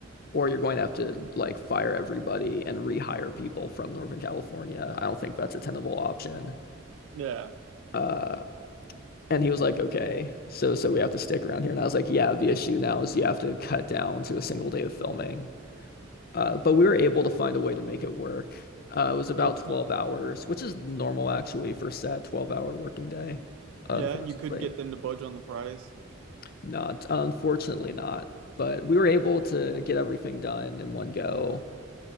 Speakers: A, on the left; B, on the right.
A: or you're going to have to like fire everybody and rehire people from Northern California. I don't think that's a tenable option."
B: Yeah.
A: Uh, and he was like, okay, so so we have to stick around here. And I was like, yeah, the issue now is you have to cut down to a single day of filming. Uh, but we were able to find a way to make it work. Uh, it was about
B: Yeah,
A: 12
B: you
A: hours, which is normal actually for set 12 hour working day. Unfortunately,
B: Yeah, and you could get them to budge on the price.
A: not. Unfortunately, not. But we were able to get everything done in one go.